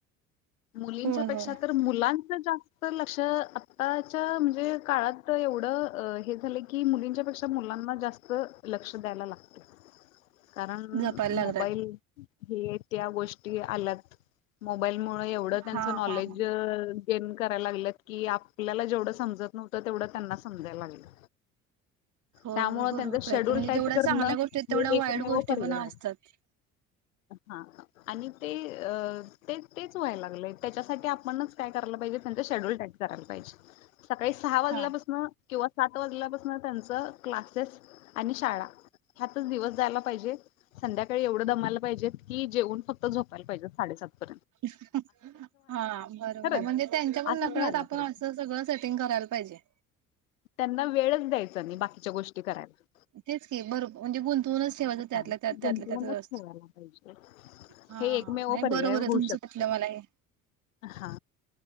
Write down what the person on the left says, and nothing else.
मुलींचा
ेा मुलां जास् लक्ष आताच्या म्हणजे काळात एवढं हे झालं की मुलींच्या पेक्षा मुलांना जास्त लक्ष द्यायला लागते कारण
मोबाईल
हे त्या गोष्टी आल्यात म मोबाईलमुळे एवढं
कॉलेज
गेन करायला लागलंत की आपल्याला जेवढं समजत नव्हत तेवढं त्यांना समजायला लागलं
त्यामुळं
त्यांचं शेड्यूल
टाईट
करणं
हे
एकमेव
पर्याय
आहे. हा आणि ते अ ते तेच व्हायला लागलेय <unintelligible> त्याच्यासाठी <inaudible> पणच काय कयला पाहिजे त्यांचा शेड्यू करायलाहिजे सकाळी सहा वाजल्यापासून
किंवा सात वाजल्यापासून त्यांच क्लासेस आणि शाळा ह्यातच दिवस जायला पाहिजे. संध्याकाळी एवढं दमायला पाहिजे. कि जेवन फक्त झोपायला पाहिजे. साडेसातत
खरंच
असंच
व्हायला
पाहिजे.
त्यांना वेळच द्यायचा नाही बाकीच्या गोष्टी करायला.
हा
गुंतवूनच
ठेवायला पाहिजे.
हे एकमेव
पर्याय
होऊ
शकतय
हा